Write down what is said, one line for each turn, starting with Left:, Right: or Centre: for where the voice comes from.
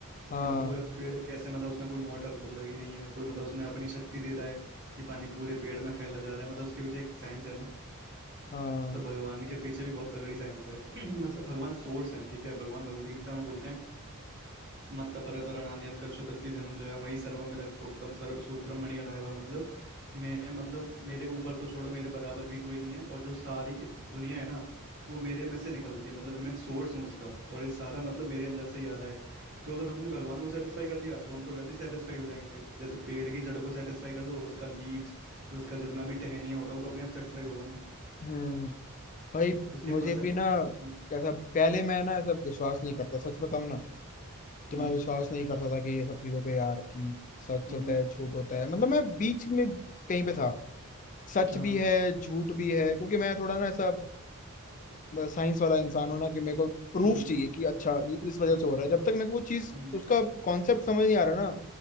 Left: हाँ
Right: मतलब पूरा पेड़ कैसे मतलब उसमें कोई मोटर तो लगी नहीं है कोई मतलब उसमें अपनी शक्ति दे रहा है कि पानी पूरे पेड़ में फैला जा रहा है मतलब उसके पीछे एक साइंस है ना
Left: हाँ
Right: तो भगवान के पीछे भी बहुत तगड़ी साइंस है <clears throat> मतलब भगवान सोर्स है ठीक है भगवान भगवत गीता में बोलते हैं मत्तपरतरणान्यत् कश्चित् अस्ति धनंजय मयि सर्वं यदप्रोक्तं सर्व सूत्रम मणिगणाय मतलब मैं मतलब मेरे ऊपर तो छोड़ो मेरे बराबर भी कोई नहीं है और जो सारी दुनिया है ना वो मेरे में से निकलती है मतलब मैं सोर्स हूँ उसका और ये सारा मतलब मेरे अंदर से ही आ रहा है तो अगर हमने भगवान को सेटिस्फाई कर दिया तो हम तो वैसे ही सेटिस्फाई हो जाएंगे जैसे पेड़ की जड़ को सेटिस्फाई कर दो उसका लीव्स उसका जितना भी टहनिया होता है वो तो अपने आप सेटिस्फाई होगा ना
Left: हम्म भाई
Right: तो सेम
Left: मुझे
Right: कॉन्सेप्ट
Left: भी ना
Right: हम्म
Left: कैसा पहले मैं ना ऐसा विश्वास नहीं करता सच बताऊं ना कि
Right: हम्म
Left: मैं विश्वास नहीं करता था कि ये सब चीजों पे यार कि सच
Right: हम्म
Left: होता है झूठ होता है मतलब मैं बीच में कहीं पे था सच
Right: हाँ
Left: भी
Right: हाँ
Left: है झूठ भी है क्योंकि मैं थोड़ा ना ऐसा साइंस वाला इंसान हूं ना कि मेरे को प्रूफ
Right: हम्म
Left: चाहिए कि अच्छा ये इस वजह
Right: हम्म
Left: से हो रहा है जब तक मेरे को वो चीज
Right: हम्म
Left: उसका कॉन्सेप्ट समझ नहीं आ रहा ना